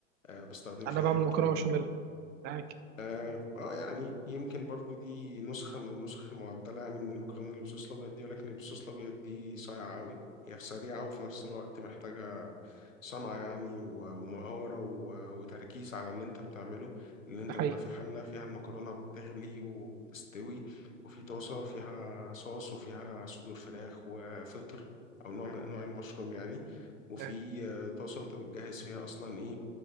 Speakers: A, on the left; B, on the right.
A: آه، بستخدم
B: انا
A: فيها
B: بعمل
A: يمكن
B: مكرونه بشاميل معاك
A: اه آه، يعني يمكن برضو دي نسخة من النسخ المعدلة يعني من المكرونة اللي بالصوص الأبيض دي ولكن اللي بالصوص الأبيض دي صايعة قوي هي في سريعة وفي نفس الوقت محتاجة صنعة يعني و- ومهارة و- وتركيز على اللي انت بتعمله اللي انت
B: ده حقيقي
A: بيبقى في حلة فيها المكرونة بتغلي وبتستوي وفي طاسة فيها صوص وفيها صدور فراخ وفطر أو نوع من أنواع المشروم يعني وفي
B: يعني
A: آه، طاسة انت بتجهز فيها أصلا إيه